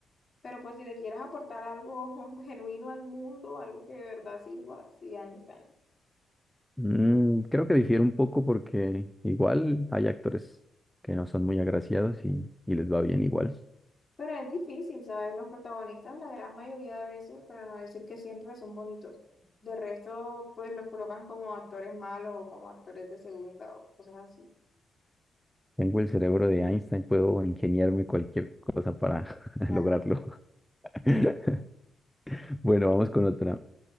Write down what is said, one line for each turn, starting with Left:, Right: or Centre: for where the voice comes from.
Left: Pero pues si le quieres aportar algo <laughs> genuino al mundo, algo que de verdad sirva, sí, Einstein.
Centre: mm, creo que difiere un poco porque igual hay actores que no son muy agraciados y, y les va bien igual.
Left: Pero es difícil, ¿sabes? Los protagonistas, la gran mayoría de veces, para no decir que siempre son bonitos. De resto, pues los colocan como actores malos o como actores de segunda o cosas así.
Centre: Tengo el cerebro de Einstein, puedo ingeniarme cualquier cosa para <laughs>
Left: Nah.
Centre: lograrlo. <laughs> Bueno, vamos con otra.